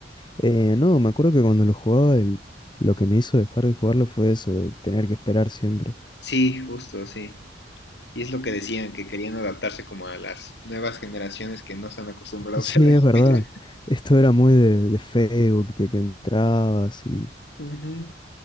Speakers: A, on the left (about 25°); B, on the left (about 65°).
A: Eh, no, me acuerdo que cuando lo jugaba, el- lo que me hizo dejar de jugarlo fue eso, de tener que esperar siempre.
B: Sí, justo, sí. Y es lo que decían, que querían adaptarse como a las nuevas generaciones que no están acostumbrados
A: Sí,
B: a la
A: es
B: espera.
A: verdad. Esto era muy de, de Facebook, de que entrabas y,
B: Ujú.